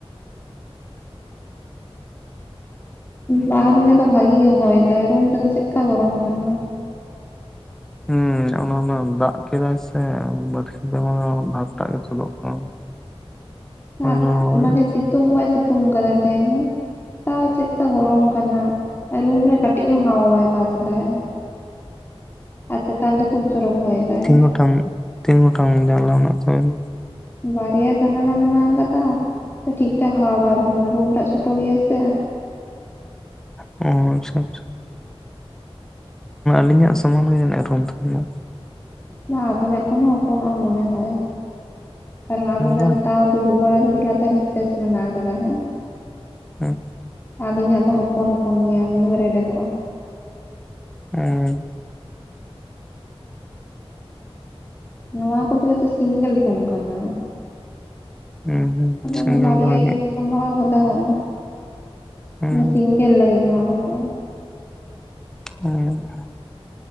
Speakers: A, on the left; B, in the centre.
A: ᱵᱟᱦᱨᱮ ᱨᱮᱫᱚ ᱵᱷᱟᱜᱤᱜᱮ ᱦᱚᱭ‌ ᱮᱫᱟᱭ ᱨᱩᱢ ᱨᱮᱫᱚ ᱪᱮᱜᱠᱟ ᱜᱚᱨᱚᱢ ᱠᱟᱱᱟ᱾
B: ᱦᱩᱸ ᱚᱱᱟᱢᱟ ᱫᱟᱜ ᱠᱮᱫᱟᱭ ᱥᱮ ᱵᱟᱨᱥᱤᱧ ᱯᱮᱢᱟᱦᱟ ᱫᱚ ᱵᱷᱟᱯ ᱴᱟᱜ ᱜᱮ <unintelligible> ᱩᱞᱚᱜ ᱠᱟᱱᱟ᱾ <inaudible>
A: <unintelligible>
B: ᱫᱚ ᱦᱚᱭᱮᱜᱼᱟ
A: ᱢᱟᱱᱮ ᱥᱤᱛᱩᱝ ᱵᱟᱭ ᱥᱤᱛᱩᱝ ᱠᱟᱫᱟᱭ ᱛᱟᱦᱮᱸ ᱦᱮᱸ ᱛᱟᱣ ᱪᱮᱜᱠᱟ ᱜᱚᱨᱚᱢ ᱠᱟᱱᱟ ᱨᱩᱢ ᱨᱮ ᱠᱟᱹᱴᱤᱡ ᱦᱚᱸ ᱦᱟᱣᱟ ᱵᱟᱭ ᱯᱟᱥᱮᱫᱼᱟ ᱾ <unintelligible> ᱪᱮᱛᱟᱱ ᱫᱚ <unintelligible> ᱮᱫᱟᱭ
B: ᱛᱤᱱ ᱜᱚᱴᱟᱝ ᱛᱤᱱ ᱜᱚᱴᱟᱝ ᱡᱟᱱᱞᱟ ᱢᱮᱱᱟᱜ ᱛᱟᱵᱮᱱᱟ
A: ᱵᱟᱨᱭᱟ ᱡᱟᱱᱟᱞᱟ ᱢᱮᱱᱟᱜ ᱟᱠᱟᱫᱟ ᱴᱷᱤᱠ ᱴᱷᱟᱠ ᱦᱟᱣᱟ ᱵᱟᱭ ᱵᱚᱞᱚᱱᱟ ᱨᱩᱢ ᱴᱟᱜ ᱪᱷᱳᱴᱳ ᱜᱮᱭᱟ ᱥᱮ
B: ᱟᱪᱪᱷᱟ ᱟᱪᱪᱷᱟ ᱞᱤᱧᱟᱜ ᱥᱚᱢᱟᱱ ᱜᱮ ᱡᱮᱱᱤᱡ ᱨᱩᱢ ᱛᱟᱦᱮᱱᱟ
A: ᱵᱟᱝ ᱟᱹᱵᱤᱱᱟᱜ ᱠᱷᱚᱱ ᱦᱚ ᱯᱚᱱᱚᱜᱼᱟ ᱢᱚᱱᱮ ᱦᱚᱭ ᱠᱟᱨᱚᱱ ᱟᱹᱵᱤᱱᱟᱜ
B: ᱵᱟᱝ
A: ᱫᱚ ᱛᱟᱣ ᱫᱩᱲᱩᱵ ᱵᱟᱲᱟ ᱞᱟᱹᱜᱤᱫ ᱞᱟᱛᱟᱨ ᱨᱮ ᱥᱯᱮᱥ ᱢᱮᱱᱟᱜ ᱟᱠᱟᱫᱟ ᱦᱮᱸ
B: ᱦᱮᱸ
A: ᱟᱹᱞᱤᱧᱟᱜ ᱫᱚ ᱦᱚᱯᱚᱱ ᱦᱚᱯᱚᱱ ᱜᱮᱭᱟ ᱚᱰᱮ ᱫᱚᱢ ᱨᱮᱰᱮᱫᱚᱜᱼᱟ
B: ᱦᱮᱸ
A: ᱱᱚᱣᱟ ᱠᱚᱫᱚ ᱡᱚᱛᱚ ᱥᱤᱝᱜᱮᱞ ᱨᱩᱢ ᱠᱟᱱᱟ
B: ᱦᱩᱸ ᱦᱩᱸ
A: ᱟᱫᱚ
B: ᱥᱤᱝᱜᱮᱞ
A: ᱚᱱᱮ ᱵᱟᱨᱭᱟ
B: ᱜᱮ ᱵᱷᱟᱜᱮᱜᱼᱟ
A: ᱤᱭᱟᱹ ᱠᱚ ᱥᱟᱢᱵᱟᱣ ᱠᱟᱫᱟ ᱦᱚᱸᱚ
B: ᱦᱩᱸ
A: ᱢᱟᱱᱮ ᱥᱤᱝᱜᱮᱞ ᱞᱟᱹᱜᱤᱫ ᱱᱚᱣᱟ ᱠᱚᱫᱚ
B: ᱦᱩᱸ